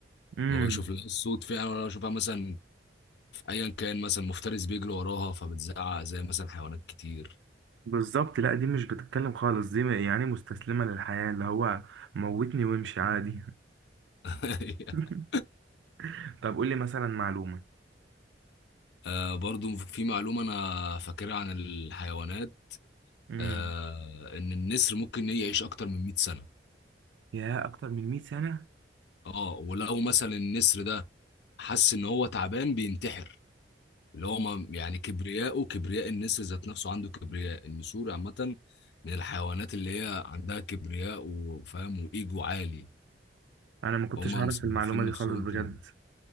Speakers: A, on the right; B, on the left.
A: امم
B: ما بشوف لها الصوت فعلا ولا بشوفها مثلا في ايا كان مثلا مفترس بيجري وراها فبتزعق زي مثلا حيوانات كتير
A: بالظبط لا دي مش بتتكلم خالص دي يعني مستسلمة للحياة اللي هو موتني وامشي عادي
B: <laughs>
A: <laughs> طب قول لي مثلا معلومة
B: آه برضو في معلومة انا فاكرها عن الحيوانات
A: امم
B: آه ان النسر ممكن يعيش اكتر من 100 سنة
A: يا اكتر من 100 سنة
B: اه ولو مثلا النسر ده حس ان هو تعبان بينتحر اللي هو ما- يعني كبرياءه كبرياء النسر ذات نفسه عنده كبرياء النسور عامة من الحيوانات اللي هي عندها كبرياء وفاهم وإيجو عالي
A: انا ما كنتش
B: هما
A: اعرف
B: مصنفين
A: المعلومة
B: نفسهم
A: دي خالص بجد
B: كده